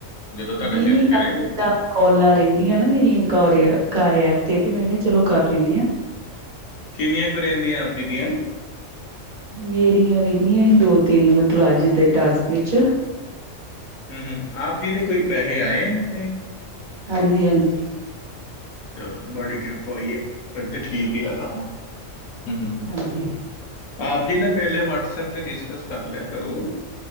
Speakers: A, on the left; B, on the right.
A: ਜਦੋਂ ਤੁਹਾਡਾ
B: ਨਹੀਂ
A: ਚਿੱਤ
B: ਨਹੀਂ
A: ਕਰੇ
B: ਘਰ ਜਿੱਦਾਂ ਕੌਲਾਂ ਰਹਿੰਦੀਆਂ ਨਾ ਮੇਰੀਆਂ ਕ ਕਾਰ ਐਪ ਤੇ ਤੇ ਮੈਂ ਕਿਹਾ ਚਲੋ ਕਰ ਲੈਂਦੇ ਆਾਂ
A: ਕਿੰਨੀਆਂ ਕੁਈ ਰਹਿੰਦੀਆਂ ਆਪ ਜੀ ਦੀਆਂ
B: ਮੇਰੀਆਂ ਰਹਿੰਦੀਆਂ ਸੀ ਦੋ ਤਿੰਨ ਮਤਲਬ ਅੱਜ ਦੇ ਟਾਸਕ ਵਿੱਚ
A: ਹਮ ਹਮ ਆਪ ਜੀ ਦੇ ਕੋਈ ਪੈਸੇ ਆਏ ਤੇ
B: ਹਾਂਜੀ ਹਾਂਜੀ
A: ਚਲੋ ਬੜੀ ਕਿਰਪਾ ਹੋਈ ਹੈ ਫਿਰ ਤੇ ਠੀਕ ਹੀ ਆ ਕੰਮ ਹ ਹ
B: ਹਾਂਜੀ
A: ਆਪ ਜੀ ਨਾ ਪਹਿਲੇ ਵਟਸਪ ਤੇ ਡਿਸਕਸ ਕਰ ਲਿਆ ਘਰੋਂ